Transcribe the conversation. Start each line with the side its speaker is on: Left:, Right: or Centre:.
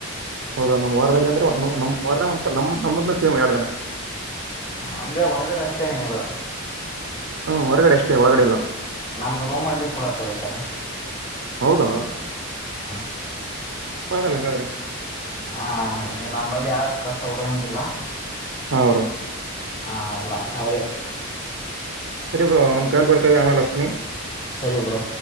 Right: ಹೌದೌ ನಮ್ಮ್ ವಾರದಲ್ಲಿ ಅಂದ್ರೆ್ ನಮ್ಮ ವಾರದ ಒಂದ್ಸ ನ್ ನಮ್ಮ ಸಿಎಂ ಎರಡು ದಿನ
Left: ಹ ಅಂದ್ರೆ ಹೊರಗಡೆ ಅಷ್ಟೇ ನಿಮ್ಗ
Right: ಹ್ಮ್ ಹೊರಗಡೆ ಅಷ್ಟೇ ಒಳಗಡೆ ಇಲ್ಲ
Left: ನಮ್ದು ರೂಮ್ ಅಲ್ಲಿ ಕೂಡ ತೊಳಿತಾರೆ
Right: ಹೌದಾ
Left: <inaudible>
Right: ಪಾಡಲ್ಲಂಗ ಅವರ
Left: ಹಾ ನಂಬಲ್ಲಿ ಯಾರು ಕಸ ಉಡದಂಗಿಲ್ಲ
Right: ಹೌರ
Left: ಹ ಅಲ್ಲ ಅವರು
Right: ಸರಿ ಬ್ರೋ ಒಂದ್ ಕಾಲ್ ಬರ್ತದೆ ಆಮೇಲೆ ಅಷ್ಟನಿ
Left: ಸರಿ ಬ್ರೋ